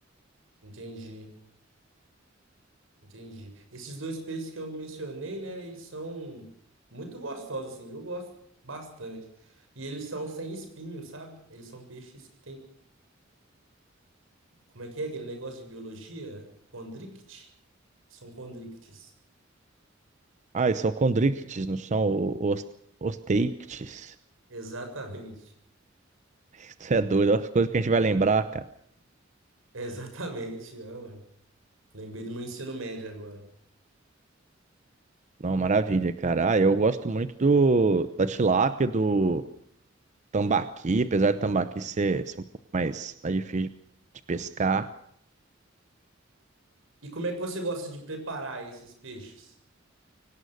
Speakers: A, on the right; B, on the right.
A: Entendi. Entendi. Esses dois peixes que eu mencionei, né, eles são muito gostosos, assim, eu gosto bastante. E eles são sem espinho, sabe? Eles são peixes que têm, como é que é aquele negócio de biologia? Condrict? São condrictes.
B: Ah, eles são condrictes, não são os, os teictes.
A: Exatamente.
B: <laughs> Isso é doido, é as coisas que a gente vai lembrar, cara.
A: <laughs> Exatamente. É, ué. Lembrei do meu ensino médio agora.
B: Não, maravilha, cara. Ah, eu gosto muito do, da tilápia, do tambaqui, apesar do tambaqui ser, ser um pouco mais, mais difícil de pescar.
A: E como é que você gosta de preparar esses peixes?